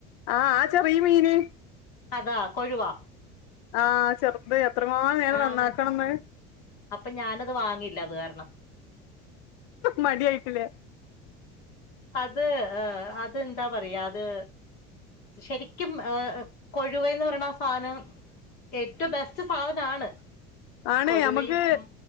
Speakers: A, on the left; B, on the left.
A: ആഹ് ആ ചെറിയ മീന്
B: അതാ കൊഴുവാ
A: ആഹ ചെറുത് എത്ര മാ നേരം
B: ആ
A: നന്നാക്കണംന്ന്
B: മന അപ്പൊ ഞാനത് വാങ്ങിയില്ല അത് കാരണം
A: മടി ആയിട്ടില്ലേ
B: അത് അത് എന്താ പറയാ അത് ശരി ക്കും ഏ കൊഴുവന്ന് പറയണ ആ സാധനം ഏറ്റവും ബെസ്റ്റ് സാധനാണ്
A: ആണ്
B: കൊഴുവയും
A: നമ്മുക്ക്
B: ഉം